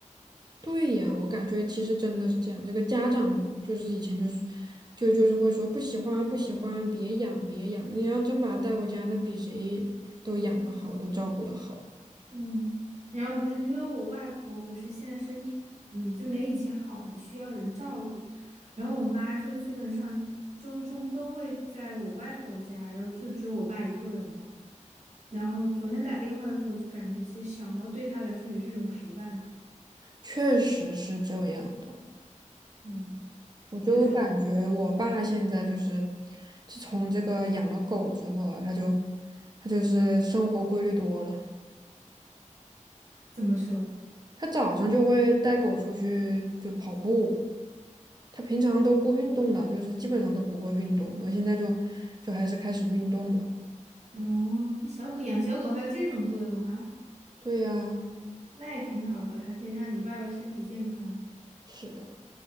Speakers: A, on the right; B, on the right.
A: 对呀，我感觉其实真的是这样。这个家长就是以前就是，就就是会说不喜欢不喜欢，别养别养。你要真把它带回家，那比谁都养得好，都照顾得好。
B: 嗯，然后不是因为我外婆不是现在身体，嗯，就没以前好嘛，需要人照顾。然后我妈就基本上周中都会在我外婆家，然后就只有我爸一个人了。然后昨天打电话的时候，我就感觉其实小猫对他来说也是一种陪伴力
A: 确实是这样的。
B: 嗯，
A: 我就感觉我爸现在就是，
B: 比如说
A: 自从这个养了狗之后啊，他就他就是生活规律多了。
B: 怎么说？
A: 他早上就会带狗出去就跑步，他平常都不运动的，就是基本上都不会运动，然后现在就就还是开始运动了。
B: 哦，小狗养小狗还有这种作用啊，
A: 对呀，
B: 那也挺好的，还可以让你爸爸身体健康。
A: 是的，